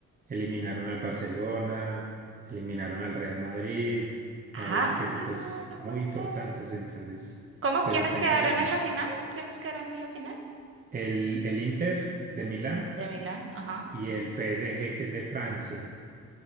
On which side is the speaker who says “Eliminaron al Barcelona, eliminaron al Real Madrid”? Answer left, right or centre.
Right